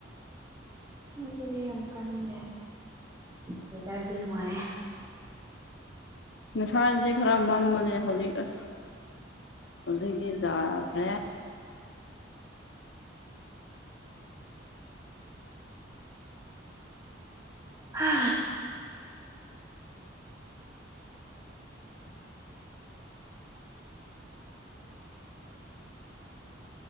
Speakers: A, on the right; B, on the left.
A: ꯑꯗꯨꯗꯤ ꯌꯥꯝ ꯀꯟꯅꯦ ꯋꯦꯗꯔꯗꯤ ꯅꯨꯡꯉꯥꯏꯌꯦ
B: ꯃꯁꯥꯗꯤ ꯈꯔ ꯃꯝꯕꯅꯦ ꯍꯧꯖꯤꯛ ꯑꯁ ꯍꯧꯖꯤꯛꯇꯤ ꯌꯥꯗ꯭ꯔꯦ
A: ꯍꯥ